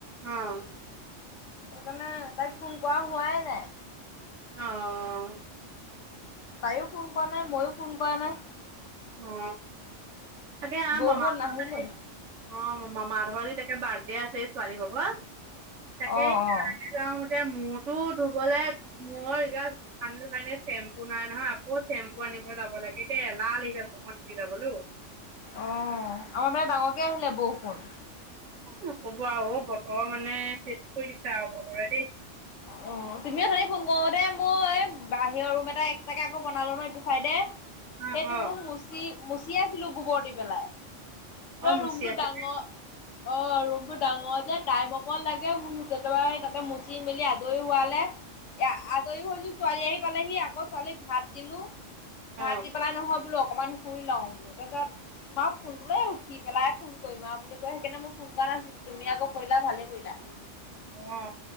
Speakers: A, on the right (about 75°); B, on the left (about 80°).
A: অহ
B: সেইটোকাৰণে তাইক ফোন কৰা হোৱাই নাই
A: অহ
B: তাইও ফোন কৰা নাই মইয়ো ফোন কৰা নাই
A: অ তাকে আ <unintelligible>
B: বৰষুণ
A: মমা ভ
B: নাহিলেই।
A: অ মামাহঁতৰ ঘৰ তাতে বাৰ্থডে আছে ছোৱালী ভাগৰ তাকে
B: অ', অ',
A: যাওঁ এতিয়া মূৰতো ধুবলে মই আনি থোৱা যে চেম্পু নাই নহয় আকৌ চেম্পু আনিব যাব লাগে এতিয়া এলাহ লাগিছে বৰষুণ তিতি যাবলেও
B: অ আমাৰ ফালে ডাঙৰকে আহিলে বৰষুণ
A: নক'ব আৰু অ বতৰ মানে শেষ কৰি দিছে আৰু বতৰে দেই
B: অ তুমি উঠনি ফোন কৰোঁতে মই বাহিৰৰ ৰুম এটা এক্সট্ৰাকে আকৌ বনালো নহয় এইটো চাইডে।
A: অ',
B: সেইটো
A: অ',
B: ৰুম মুচি মুচি আছিলো গোবৰ দি পেলাই। তেঁও
A: অ', মুচি
B: ৰুমটো
A: আছে
B: ডাঙৰ। অ ৰুমটো ডাঙৰ যে টাইম অকণ লাগে মুচোতে তাপা তাতে মুচি মিলি আজৰি হোৱালে এ আজৰি হৈ ছোৱালী আহি পালেহি আকৌ ছোৱালীক ভাত দিলোঁ ভাত
A: অ',
B: দি পেলাই নহয় বোলো অকমান শুই লওঁ বোলো তাৰপিছত তোমাৰ ফোনটো লৈ আহিছে। দি পেলাই ফোন কৰিম আৰু বুলি কৈ সেইকাৰণে মোক ফোন কৰা নাছিলো তুমি আকৌ কৰিলা ভালে কৰিলা।
A: অ